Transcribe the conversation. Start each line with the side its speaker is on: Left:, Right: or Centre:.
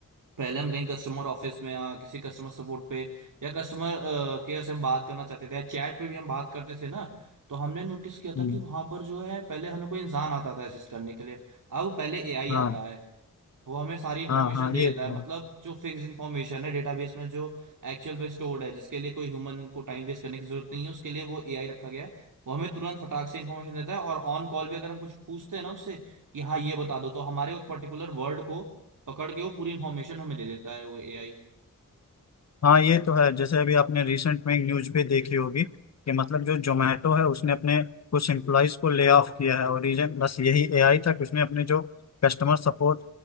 Right: पहले हम कहीं कस्टमर ऑफिस में या किसी कस्टमर सपोर्ट पे या कस्टमर केयर से हम बात करना चाहते थे या चैट पे भी हम बात करते थे ना तो हमने नोटिस किया
Left: हम्म,
Right: था कि वहां पर जो है पहले हमें कोई इंसान आता था असिस्ट करने के लिए अब पहले एआई
Left: हाँ
Right: आता है वो हमें सारी इन्फॉर्मेशन
Left: हाँ हाँ
Right: दे
Left: ये
Right: देता
Left: तो
Right: है मतलब
Left: है।
Right: जो फिक्स इन्फॉर्मेशन है डेटाबेस में जो एक्चुअल में स्टोर्ड है जिसके लिए कोई ह्यूमन को टाइम वेस्ट करने की जरूरत नहीं है उसके लिए वो एआई रखा गया है वो हमें तुरंत फटाक से इन्फॉर्मेशन देता है और ऑन कॉल भी अगर हम कुछ पूछते हैं ना उससे कि हाँ ये बता दो तो हमारे एक पर्टिकुलर वर्ड को पकड़ के वो पूरी इन्फॉर्मेशन हमें दे देता है वो एआई
Left: हाँ ये तो है जैसे अभी आपने रिसेंट में एक न्यूज पे देखी होगी कि मतलब जो जोमेटो है उसने अपने कुछ एम्प्लॉयज को ले ऑफ किया है और रीजन बस यही एआई था कि उसने अपने जो कस्टमर सपोर्ट